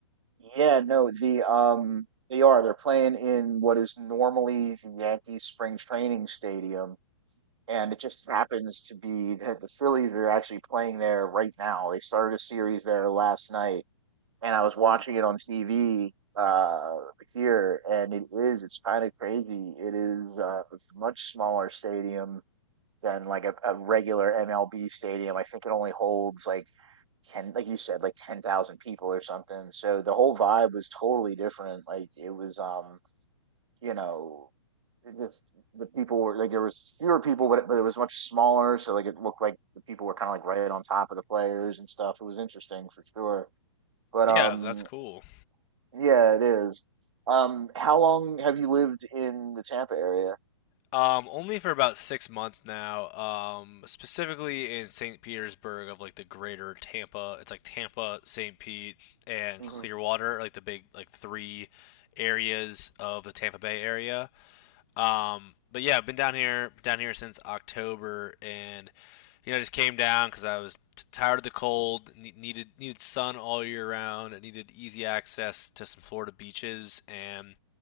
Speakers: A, on the right; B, on the left.
A: Yeah, no, the um they are. They're playing in what is normally the Yankees spring training stadium and it just happens to be that the Phillies are actually playing there right now. They started a series there last night, and I was watching it on TV uh here, and it is it's kind of crazy. It is uh, a much smaller stadium than like a, a regular MLB stadium. I think it only holds like ten, like you said, like ten thousand people or something. So the whole vibe was totally different. Like it was um you know, just the people were like there was fewer people, but it, but it was much smaller. So like it looked like the people were kind of like right on top of the players and stuff. It was interesting for sure. But
B: Yeah,
A: um,
B: that's cool.
A: yeah, it is. Um, how long have you lived in the Tampa area?
B: Um, only for about six months now. Um, specifically in St. Petersburg of like the greater Tampa. It's like Tampa, St. Pete, and
A: hmm
B: Clearwater, like the big like three areas of the Tampa Bay area. Um, but yeah, I've been down here down here since October, and you know I just came down because I was t- tired of the cold, ne- needed needed sun all year round, and needed easy access to some Florida beaches, and